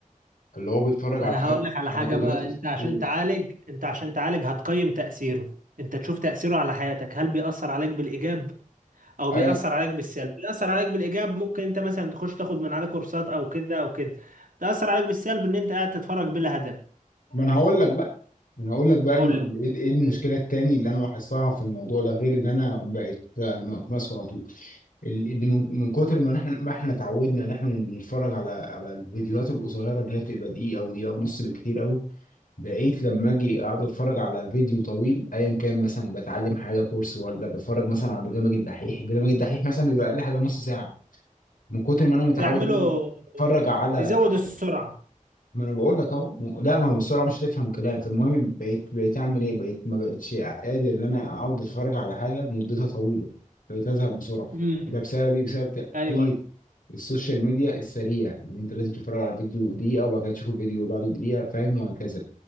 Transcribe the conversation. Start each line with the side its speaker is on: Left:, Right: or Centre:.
Left: اللي هو بيتفرج على
Right: انا
Left: حاجات
Right: هقول لك على
Left: على
Right: حاجه
Left: فيديوهات
Right: بقى
Left: أس-
Right: انت عشان
Left: و-
Right: تعالج انت عشان تعالج هتقيم تاثيره انت تشوف تاثيره على حياتك هل بيأثر عليك بالايجاب او
Left: ايوه
Right: بيأثر عليك بالسلب بيأثر عليك بالايجاب ممكن انت مثلا تخش تاخد من عليه كورسات او كده او كده تأثر عليك بالسلب ان انت قاعد تتفرج بلا هدف
Left: ما انا هقول لك بقى انا هقول لك بقى
Right: قول
Left: الم... ايه إيه المشكله التاني اللي انا لاحظتها في الموضوع ده غير ان انا بقيت م- ماسكه على طول ال- ان من من كتر ما احنا ما احنا اتعودنا ان احنا بنتفرج على على الفيديوهات القصيره اللي هي بتبقى دقيقه او دقيقه ونص بالكتير قوي بقيت لما اجي اقعد اتفرج على فيديو طويل ايا كان مثلا بتعلم حاجه كورس ولا بتفرج مثلا على برنامج الدحيح برنامج الدحيح مثلا بيبقى اقل حاجه نص ساعه من كتر ما انا متعود
Right: لي تعمله
Left: ان انا اتفرج على
Right: تزود السرعه
Left: ما انا بقول لك اهو م- لا ما هو بسرعه مش هتفهم كلام فالمهم بقيت بقيت اعمل ايه بقيت ما بقتش قادر ان انا اقعد اتفرج على حاجه مدتها طويله بقيت ازهق بسرعه
Right: امم
Left: ده بسبب ايه بسبب تاثير
Right: ايوه ايوه
Left: السوشيال ميديا السريع ان انت لازم تتفرج على فيديو دقيقه وبعد كده تشوف الفيديو اللي بعده دقيقه فاهم وهكذا